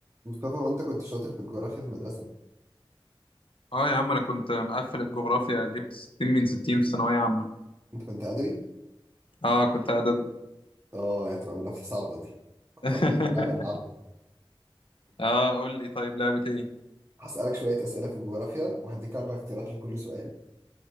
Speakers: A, on the right; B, on the left.
A: مصطفى وانت كنت شاطر في الجغرافيا في المدرسة
B: اه يا عم انا كنت مقفل الجغرافيا جبت 60 من 60 في ثانوية عامة
A: انت كنت ادبي
B: اه كنت ادبي
A: اه هتبقى منافسة صعبة دي كنت
B: <laughs>
A: هقول لك على لعبة نلعبها
B: اه قول لي طيب لعبة ايه
A: هسألك شوية أسئلة في الجغرافيا وهديك أربع اختيارات لكل سؤال